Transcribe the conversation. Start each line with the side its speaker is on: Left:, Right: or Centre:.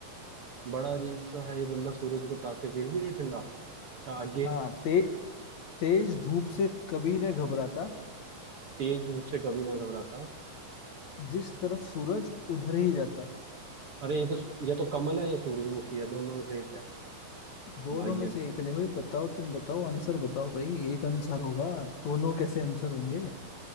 Right: बड़ा अजीब सा है ये बंदा सूरज को ताके फिर भी रहे ठंडा अच्छा आगे
Left: हाँ ते, तेज धूप से कभी न घबराता
Right: तेज धूप से कभी ना घबराता
Left: जिस तरफ सूरज उधर ही जाता
Right: अरे ये तो या तो कमल है या सूरजमुखी है दोनों में से एक है
Left: दोनों
Right: भाई
Left: में
Right: है
Left: से एक ने भाई बताओ तुम बताओ आंसर बताओ भाई एक आंसर होगा दोनों कैसे आंसर होंगे